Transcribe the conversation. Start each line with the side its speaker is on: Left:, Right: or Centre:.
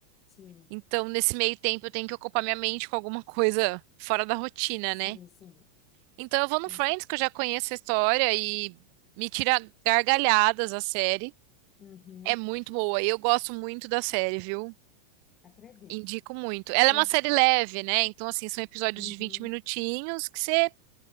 Left: Sim,
Right: Então, nesse meio tempo, eu tenho que ocupar minha mente com alguma coisa fora da rotina,
Left: sim,
Right: né?
Left: sim,
Right: Então, eu vou no
Left: entendi.
Right: Friends, que eu já conheço a história e me tira gargalhadas a série.
Left: Uhum,
Right: É muito boa. e Eu gosto muito da série, viu?
Left: acredito.
Right: Indico muito. Ela
Left: Todo.
Right: é uma série leve, né? Então, assim, são episódios
Left: Uhum,
Right: de 20 minutinhos que você